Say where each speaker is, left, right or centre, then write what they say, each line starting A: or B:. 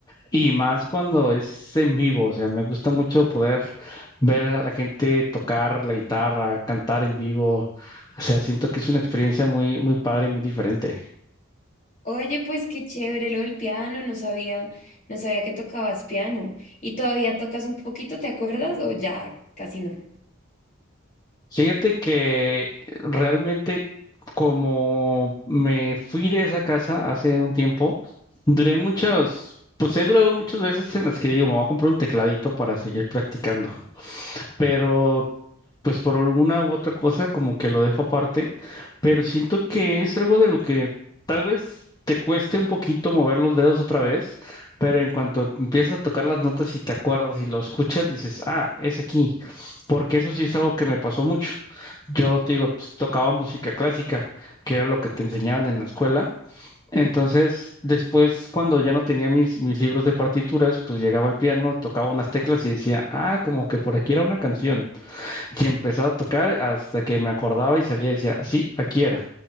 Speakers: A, on the left; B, on the left.
A: y más cuando es en vivo, o sea, me gusta mucho poder ver a la gente tocar la guitarra, cantar en vivo. O sea, siento que es una experiencia muy, muy padre y muy diferente.
B: Oye, pues qué chévere lo del piano, no sabía, no sabía que tocabas piano. ¿Y todavía tocas un poquito, te acuerdas? O ya casi no.
A: Fíjate que realmente como me fui de esa casa hace un tiempo, duré muchas, pues he durado muchas veces en las que digo, me voy a comprar un tecladito para seguir practicando. Pero pues por alguna u otra cosa como que lo dejo aparte, pero siento que es algo de lo que tal vez te cueste un poquito mover los dedos otra vez, pero en cuanto empiezas a tocar las notas y te acuerdas y lo escuchas, dices, ah, es aquí, porque eso sí es algo que me pasó mucho. Yo te digo, pues, tocaba música clásica, que era lo que te enseñaban en la escuela. Entonces, después, cuando ya no tenía mis, mis libros de partituras, pues llegaba al piano, tocaba unas teclas y decía, ah, como que por aquí era una canción y empezaba a tocar hasta que me acordaba y salía y decía, sí, aquí era.